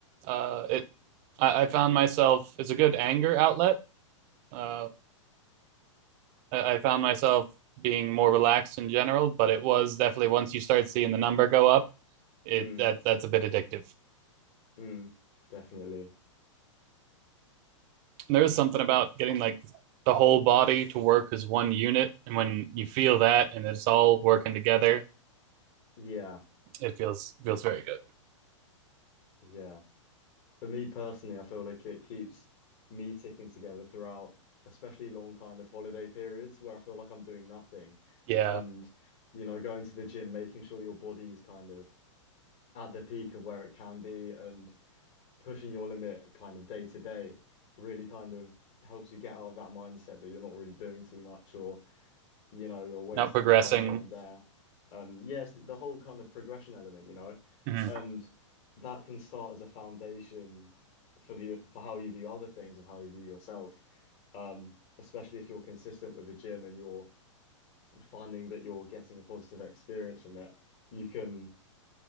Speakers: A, on the right (about 30°); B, on the left (about 35°).
A: uh it i, I found myself it's a good anger outlet uh I, I found myself being more relaxed in general but it was definitely once you start seeing the number go up it
B: Mm,
A: that that's a bit addictive
B: mm, definitely.
A: and there is something about getting like the whole body to work as one unit and when you feel that and it's all working together
B: Yeah,
A: it feels feels very good
B: yeah. For me personally, I feel like it keeps me ticking together throughout, especially long kind of holiday periods where I feel like I'm doing nothing.
A: Yeah,
B: And, you know, going to the gym, making sure your body is kind of at the peak of where it can be and pushing your limit kind of day to day really kind of helps you get out of that mindset that you're not really doing too much or you know, you're wasting
A: not progressing.
B: time here and there. Um, yes, the whole kind of progression element, you know,
A: Mhm.
B: and that can start as a foundation for the for how you view other things and how you view yourself. Um, especially if you're consistent with the gym and you're finding that you're getting a positive experience from it, you can